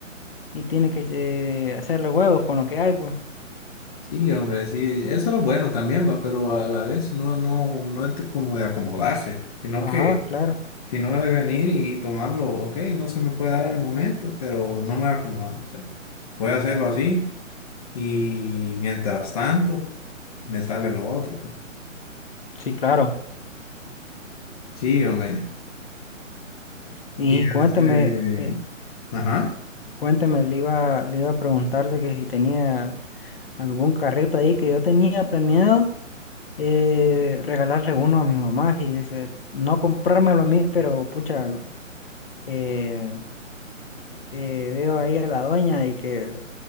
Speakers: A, on the left (about 45°); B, on the left (about 30°).
A: y tiene que eh, hacerle huevos con lo que hay, pues.
B: sí, hombre, sí, eso es lo bueno también, va, pero a la vez no, no, no es de como de acomodarse, sino
A: Ajá,
B: que
A: claro.
B: si no de venir y tomarlo, ok, no se me puede dar en el momento, pero no me voy a acomodar, o sea, voy a hacerlo así Y mientras tanto, me sale lo otro, pues.
A: Sí, claro.
B: Sí, hombre.
A: Y
B: Y este,
A: cuéntame, eh,
B: ajá.
A: cuéntame, le iba, le iba a preguntar de que si tenía algún carrito ahí que yo tenía planeado eh, regalarle uno a mi mamá, y dice, no comprármelo a mí, pero pucha, eh, eh, veo ahí a la doña y que